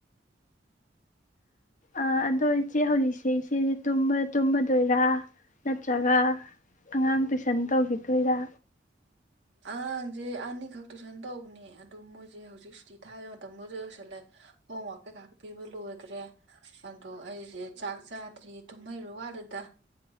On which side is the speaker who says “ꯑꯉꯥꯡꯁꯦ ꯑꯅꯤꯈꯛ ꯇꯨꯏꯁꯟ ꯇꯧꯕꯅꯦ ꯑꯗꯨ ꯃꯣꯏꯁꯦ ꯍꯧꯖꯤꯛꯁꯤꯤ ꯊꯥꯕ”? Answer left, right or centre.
Right